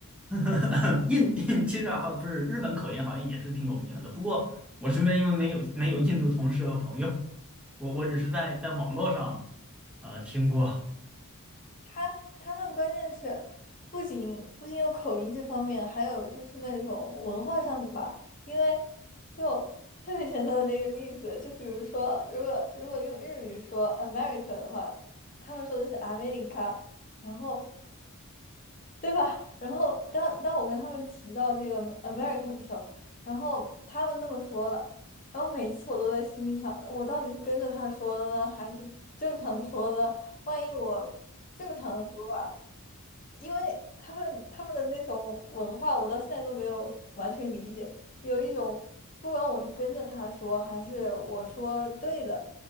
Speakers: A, in the centre; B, on the left.
A: <laughs> 印印，其实好不是日本口音，好像也是挺有名的。不过我身边因为没有没有印度同事和朋友，
B: <laughs>
A: 我我只是在在网络上啊呃听过，
B: 他他们关键是不仅不仅有口音这方面，还有就是那种文化上的吧。因为就特别简单的那个例子，就比如说，如果如果用日语说 America 的话，他们说的是 America，然后对吧？然后当当我跟他们提到这个 America 的时候，然后他们那么说了，然后每次我都在心里想，我到底是跟着他说的呢，还是正常的说呢？万一我正常的说吧。因为他们他们的那种文化，我到现在都没有完全理解。有一种，不管我是跟着他说，还是我说对的，